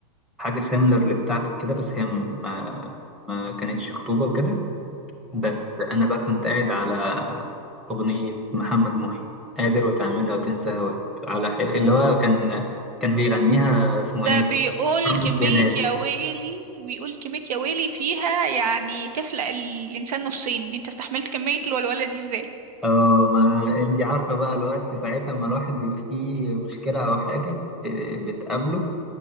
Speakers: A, in the centre; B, on the right.
A: حاجة سيميلر لبتاعتك كده بس هي ما, ما كانتش خطوبة وكده بس أنا بقى كنت قاعد على أغنية محمد محي قادر وتعملها وتنسى هواك على حل... اللي هو كان كان بيغنيها اسمه
B: ده
A: ايه ده؟
B: بيقول
A: رامز
B: كمية
A: جلال
B: يا ويلي بيقول كمية يا ويلي فيها يعني تفلق الإنسان نصين انت استحملت كمية الولولة دي ازاي
A: اه ما انت عارفة بقى الوقت ساعتها ما الواحد بيبقى فيه مشكلة أو حاجة بت- بتقابله